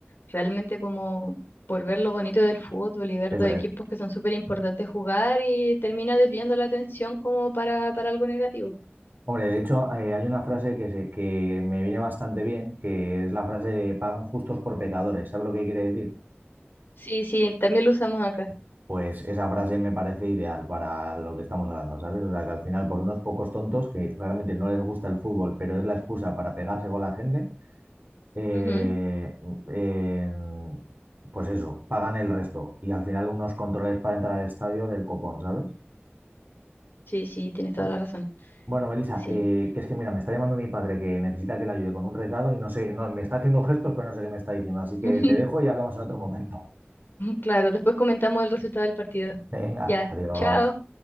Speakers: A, on the left; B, on the right.
A: realmente como por ver lo bonito del fútbol y ver
B: eso
A: dos equipos
B: es.
A: que son súper importantes jugar y termina desviando la atención como para, para algo negativo.
B: Hombre, de hecho, eh, hay una frase que, se- que me viene bastante bien, que es la frase de pagan justos por pecadores. ¿Sabes lo que quiere decir?
A: Sí, sí, también lo usamos acá.
B: Pues esa frase me parece ideal para lo que estamos hablando, ¿sabes? O sea, que al final, por unos pocos tontos que realmente no les gusta el fútbol, pero es la excusa para pegarse con la gente, eh,
A: Ujú.
B: en- pues eso, pagan el resto y al final unos controles para entrar al estadio del copón, ¿sabes?
A: Sí, sí, tienes toda
B: Oye.
A: la razón.
B: Bueno, Melissa,
A: Sí.
B: eh, que es que mira, me está llamando mi padre que necesita que le ayude con un recado y no sé, no, me está haciendo gestos, pero no sé qué me está diciendo, así que
A: <laughs>
B: te dejo y hablamos en otro momento.
A: Claro, después comentamos el resultado del partido.
B: <laughs> Venga,
A: Ya,
B: adiós.
A: chao.